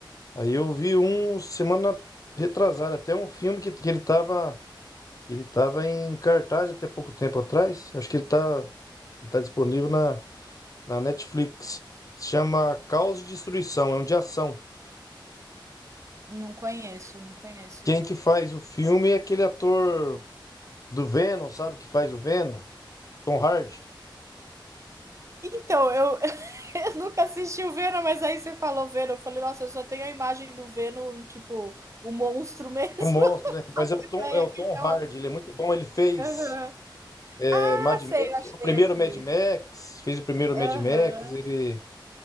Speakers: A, on the left; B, on the right.
A: Aí eu vi um semana retrasada, até um filme que, que ele tava Ele estava em cartaz até pouco tempo atrás. Eu acho que ele está ele tá disponível na, na Netflix. Se chama Caos e Destruição, é um de ação.
B: Não conheço, não conheço.
A: Quem que faz o filme é aquele ator do Venom, sabe? Que faz o Venom? Tom Hardy.
B: Então, eu, <laughs> Eu nunca assisti o Venom, mas aí você falou Venom. Eu falei, nossa, eu só tenho a imagem do Venom, tipo, o monstro mesmo.
A: Um monstro,
B: <laughs> Não
A: né?
B: faço
A: Mas é o Tom,
B: ideia
A: é o Tom
B: quem
A: Hardy,
B: é o.
A: ele é muito bom. Ele fez
B: Aham.
A: é,
B: Ah,
A: Mad
B: sei,
A: Max,
B: achei
A: o primeiro
B: aqui.
A: Mad Max, fez o primeiro
B: Aham.
A: Mad Max, ele.